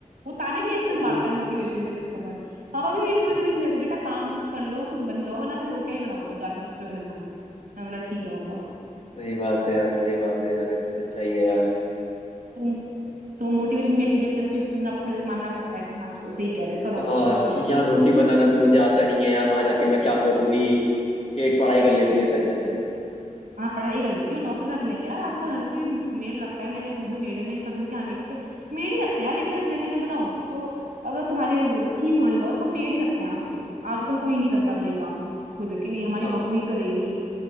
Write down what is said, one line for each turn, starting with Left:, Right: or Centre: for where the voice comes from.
Right: वो ताने भी ऐसे
Left: ओ
Right: मारते हैं मोटिवेशन के चक्कर में पापा भी ये बोलते
Left: <laughs>
Right: थे मेरे को बेटा काम कुछ कर लो कुछ बन जाओ वरना फिर रोटियां ही बनाओगे जाके दूसरे घर में मैं बोला ठीक है पापा
Left: सही बात है यार सही बात है यार ये तो सच्चाई है यार
Right: तो तो मोटिवेशन भी ऐसे देते हैं तो फिर सुनना फिर मानना पड़ता है कि हाँ चलो सही कह रहे हैं करो
Left: यार
Right: करो कुछ करो
Left: कि यार रोटी बनाना तो मुझे आता नहीं है यार वहां जाके मैं क्या करूंगी पेट पढ़ाई कर लेती हूँ इससे अच्छा चलो
Right: हाँ पढ़ाई कर लेती हूँ नौकर रख लेंगे यार आजकल हर कोई मेड रखता है मेरे घर में मेड है मेरे कजिन के यहाँ मेड रखते मेड ही रखते हैं यार देख मैं जेन्युइनली बताऊँ जो अगर तुम्हारे ठीक हो लॉ सब मेड ही रखते हैं आजकल आजकल कोई नहीं करता भैया काम खुद कि नहीं हमारी
Left: हाँ
Right: बहू ही करेगी